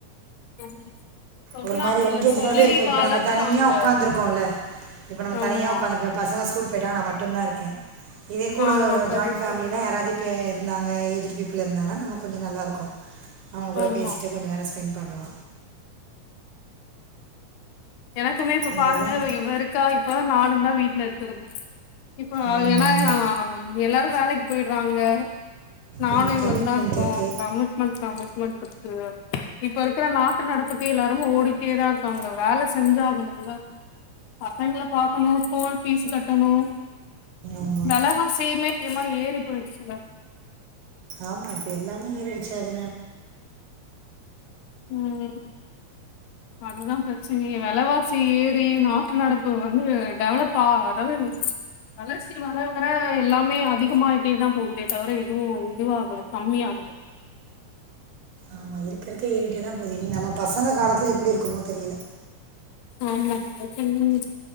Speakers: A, on the left; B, on the right.
A: <inaudible> சொன்னாங்கல்ல
B: ஒரு மாரி என்கேஜ்டாவே
A: சொல்லி
B: இருக்கோ இப்ப
A: வளத்தாங்க
B: நம்ம தனியா உக்காந்துருக்கோல இப்ப நம்ம
A: ஆமா
B: தனியா உக்காந்துட் பசங்க ஸ்கூல் போயிட்டாங்கனா நா மட்டுந்தா இருக்கே இதே கூட
A: ஆமா கரெக்ட்
B: ஜாயின் ஃபேமிலினா யாராது இப்ப இருந்தாங்க ஏஜ்டு பீப்பிள் இருந்தாங்கன்னா நமக் கொஞ்சோ நல்லாருக்கு அவுங்க கூட
A: ஆமா
B: பேசிட்டு கொஞ்ச நேரோ ஸ் பெண்ட் பண்லா
A: எனக்குமே இப்ப
B: அதுதான்
A: பாருங்க இவ இருக்கா இப்ப நானுந்தா வீட்ல இருக்குறதே இப்போ
B: ம்,
A: ஏன்னா எல்லாரு வேலைக்கு போயிடுறாங்க நானு
B: நம்ம
A: இவளுந்தா
B: கமிட்மெண்ட்
A: இருக்கோ
B: இருக்குது
A: கமிட்மெண்ட் கமிட்மெண்ட் க்கு இப்ப இருக்கற நாட்டு நடப்புக்கே எல்லாரு ஓடிட்டேதா இருக்காங்க வேல செஞ்சாகணும்ல பசங்க பாக்கணு ஸ்கூல் பீஸ்சு கட்டணும்
B: ஆமாம்
A: வெல வாசியுமே அதிகமா ஏறி போயிடுச்சுல்ல
B: ஆமா இப்ப எல்லாமே எரிடிச்சு அதனால
A: ம் அதுதான் பிரச்சனையே வெலவாசி ஏறி நாடாடு நடப்பு வந்து டெவலப்பா அதாவது வளர்ச்சி வர வர எல்லாமே அதிகமாயிட்டே தா போகுதே தவிர எதுவு இதுவாகல கம்மிய ஆகால
B: ஆமா இருக்க இருக்க ஏறிட்டே தா போது இனி நம்ம பசங்க காலத்துல எப்டி இருக்குமோ தெரில
A: ஆமா என்ன